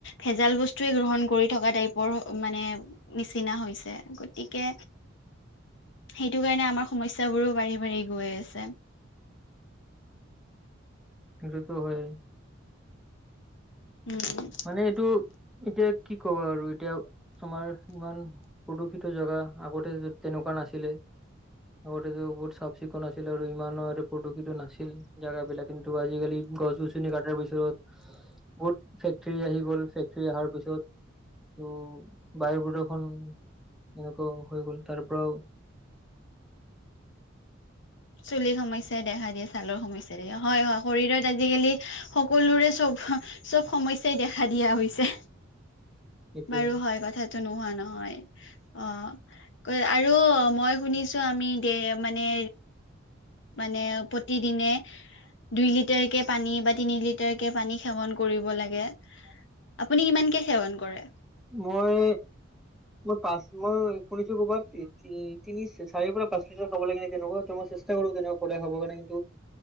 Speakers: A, on the left; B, in the centre.
A: ভেজাল বস্তুৱে গ্ৰহণ কৰি থকা টাইপৰ মানে নিচিনা হৈছে। গতিকে
B: <inaudible>
A: সেইটো কাৰণে আমাৰ সমস্যাবোৰো বাঢ়ি বাঢ়ি গৈ আছে।
B: সেইটোটো হয়ে।
A: উম
B: মানে এইটো এতিয়া কি ক'ব আৰু এতিয়া আমাৰ ইমান প্ৰদূষিত জেগা আগতে তেনেকুৱা নাছিলে। আগতেটো বহুত চিকুণ আছিল আৰু ইমানো প্ৰদূষিত নাছিল জেগাবিলাক। কিন্তু আজিকালি গছ গছনি কাটাৰ পিছ পিছত বহুত ফেক্টৰী আহি গ'ল। ফেক্টৰী আহাৰ পিছত ত' বায়ু প্ৰদূষণ এনেকুৱা হৈ গ'ল তাৰ পৰাও <inaudible>
A: চুলিৰ সমস্যাই দেখা দিয়ে ছালৰ সমস্যাই দিয়ে। হয়, হয় শৰীৰত আজিকালি সকলোৰে চব চব সমস্যাই দেখা দিয়া হৈছে।
B: এতিয়া
A: বাৰু হয় কথটো নোহোৱা নহয়। হয়, অ' আৰু মই শুনিছো আমি দে মানে মানে প্ৰতিদিনে দুই লিটাৰকে পানী বা তিনি লিটাৰ কে পানী সেৱন কৰিব লাগে। আপুনি কিমানকে সেৱন কৰে?
B: মই মই পাঁচ মই শুনিছো ক'বাত তিনি চাৰিৰ পৰা পাঁচ লিটাৰ খাব লাগে নে তেনেকুৱা মই চেষ্টা কৰো তেনেকুৱা সদায় খাবৰ কাৰণে। কিন্তু